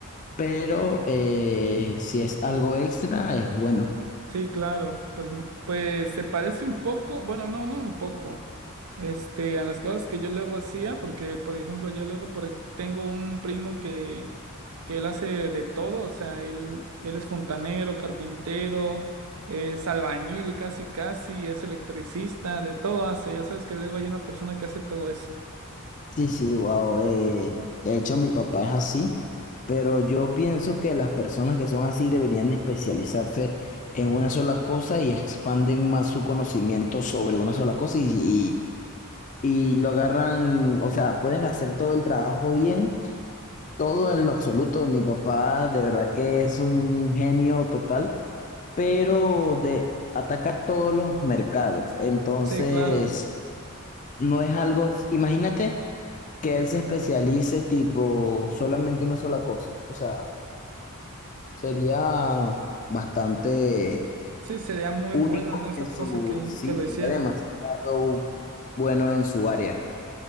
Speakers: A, on the left; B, on the right.
A: pero eh, si es algo extra, es bueno.
B: Sí, claro, pues, m- pues se parece un poco, bueno, no, no un poco, este, a las cosas que yo luego hacía, porque, por ejemplo, yo luego por e- tengo un primo que, que él hace de todo, o sea, él, él es fontanero, carpintero, es albañil casi casi, es electricista, de todo hace, ya sabes que luego hay una persona que hace todo eso.
A: Sí, sí, wow. eh, de hecho, mi papá es así, pero yo pienso que las personas que son así deberían de especializarse en una sola cosa y expanden más su conocimiento sobre una sola cosa y, y, y lo agarran, o sea, pueden hacer todo el trabajo bien, todo en lo absoluto. Mi papá de verdad que es un genio total, pero de, ataca todos los mercados. Entonces...
B: Sí, claro,
A: No es algo, imagínate que él se especialice tipo solamente una sola cosa. O sea, sería bastante
B: sí, sería muy
A: único
B: bueno en esa
A: en su,
B: cosa que,
A: sí,
B: que lo
A: sería
B: hiciera.
A: demasiado bueno en su área.